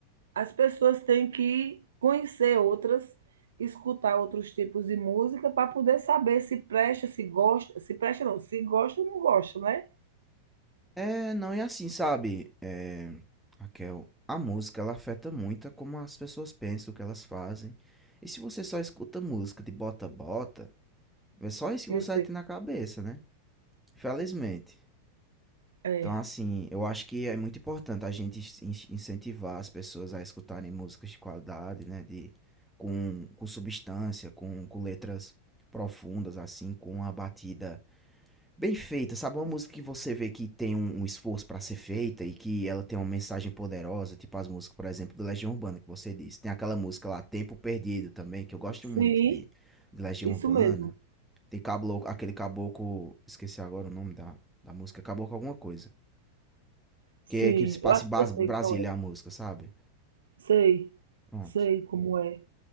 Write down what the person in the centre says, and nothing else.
É, não, e assim, sabe, é, Raquel, a música ela afeta muito a como as pessoas pensam, o que elas fazem. E se você só escuta música de bota-bota, é só isso que
você
vai ter na cabeça, né? Felizmente.
Então, assim, eu acho que é muito importante a gente in- incentivar as pessoas a escutarem músicas de qualidade, né? De, com, com substância, com, com letras profundas, assim, com uma batida Bem feita, sabe? Uma música que você vê que tem um, um esforço pra ser feita e que ela tem uma mensagem poderosa, tipo as músicas, por exemplo, do Legião Urbana que você disse. Tem aquela música lá, Tempo Perdido também, que eu gosto
muito de, de Legião
Urbana.
Tem cablo, aquele caboclo, esqueci agora o nome da, da música, caboclo alguma coisa.
Que, que se passa
em Bas-
Brasília
a música, sabe?
Pronto.